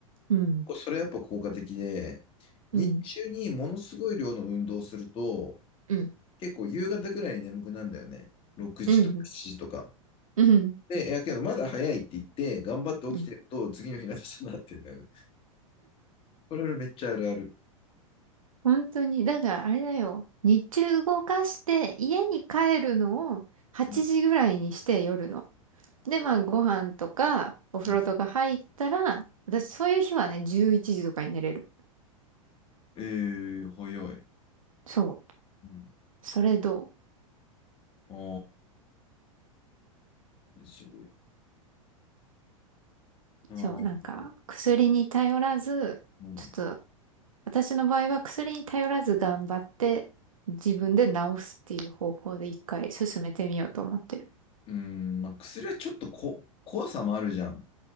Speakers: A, on the right; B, on the left.
A: うん。
B: こそれやっぱ効果的で、
A: うん。
B: 日中にものすごい量の運動をすると、
A: うん。
B: 結構夕方くらいに眠くなるんだよね。6時とか7時とか。
A: うん。うん。
B: で、いやけどまだ早いって言って、頑張って起きてると、
A: うん。
B: 次の日の朝になってんだよね。<laughs> これ俺めっちゃあるある。
A: 本当に。だからあれだよ。日中動かして家に帰るのを8時ぐらいにして夜の。
B: うん
A: で、まあご飯とかお風呂とか入ったら、
B: うん、
A: 私そういう日はね、11時とかに寝れる。
B: えー、早い。
A: そう。
B: うん。
A: それどう
B: ああ、じゅうあー
A: そう、なんか、薬に頼らず、
B: うん。
A: ちょっと、私の場合は薬に頼らず頑張って、自分で治すっていう方向で一回進めてみようと思ってる。
B: うん、まあ、薬はちょっとこ怖さもあるじゃん。